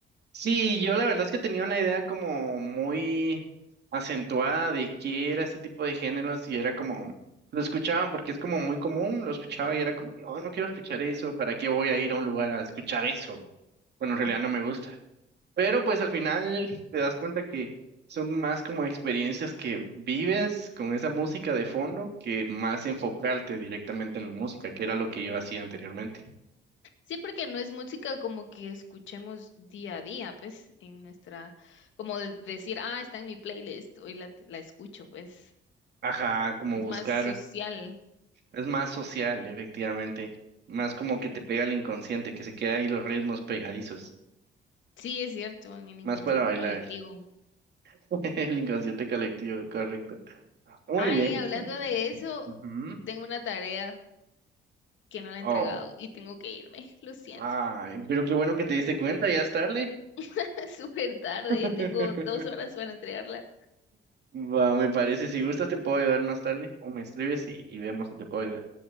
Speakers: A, on the right (about 55°); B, on the left (about 70°).
A: Sí, yo la verdad es que tenía una idea como muy acentuada de qué era ese tipo de géneros y era como, lo escuchaba porque es como muy común, lo escuchaba y era como, no, no quiero escuchar eso, ¿para qué voy a ir a un lugar a escuchar eso? Bueno, en realidad
B: Mm.
A: no me gusta. Pero pues al final te das cuenta que son más como experiencias que vives con esa música de fondo que más enfocarte directamente en la música, que era lo que yo hacía anteriormente.
B: Sí, porque no es música como que escuchemos día a día, pues, en nuestra, como de- decir, ah, está en mi playlist, hoy la, la escucho, pues,
A: Ajá, como
B: es
A: buscar
B: más social.
A: Es más social, efectivamente. Más como que te pega el inconsciente, que se queda ahí los ritmos pegadizos.
B: Sí, es cierto, en el inconsciente
A: Más para bailar.
B: colectivo.
A: <laughs> El inconsciente colectivo, correcto. Muy
B: Ay,
A: bien.
B: hablando de eso,
A: Ujú.
B: tengo una tarea que no la he entregado
A: Oh,
B: y tengo que irme, lo siento.
A: ay, pero qué bueno que te diste cuenta, ya es tarde.
B: <laughs> Es súper tarde,
A: <laughs>
B: tengo dos horas para entregarla.
A: Va, me parece. Si gustas, te puedo ayudar más tarde. O me escribes y, y vemos si te puedo ayudar.